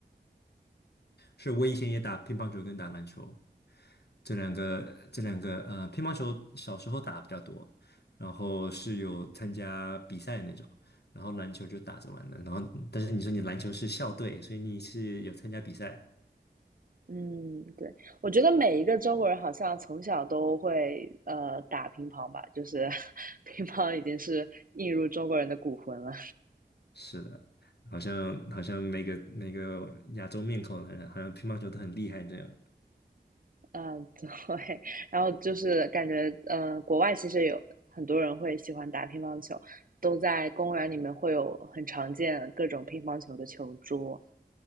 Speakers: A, on the left; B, on the right.
A: 是我以前也打乒乓球跟打篮球。这两个这两个呃，乒乓球小时候打比较多，然后是有参加比赛的那种，然后篮球就打着玩的，然后但是你说你篮球是校队，所以你是有参加比赛，
B: 嗯，对，我觉得每一个中国人好像从小都会呃打乒乓吧，就是 <laughs> 乒乓已经是映入中国人的骨魂了。
A: 是的，好像好像每个每个亚洲面孔好像好像乒乓球都很厉害这样，
B: 嗯，对，<laughs> 然后就是感觉嗯呃，国外其实有很多人会喜欢打乒乓球，都在公园里面会有很常见各种乒乓球的球桌，